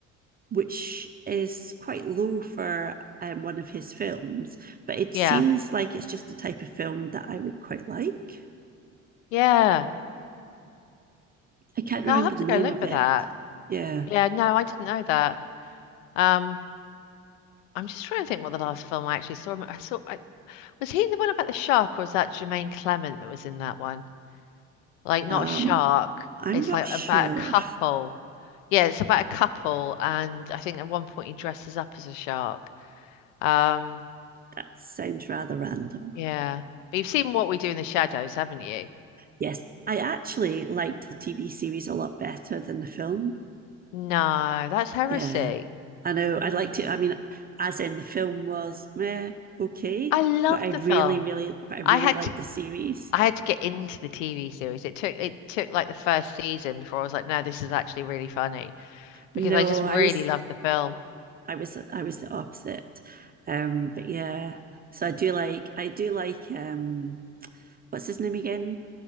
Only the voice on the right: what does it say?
which is quite low for um, one of his films. But it
seems like it's just the type of film that I would quite like.
I can't remember
the
name
of
it.
Yeah.
Um,
I'm
not
sure.
That sounds rather random.
Yes, I actually liked the TV series a lot better than the film.
Yeah. I know I liked it. I mean, as in the film was meh, okay,
but I really,
really, but I really
liked
the series.
No,
I was,
I was, I was the opposite. Um, but yeah, so I do like, I do like, um, what's his name again?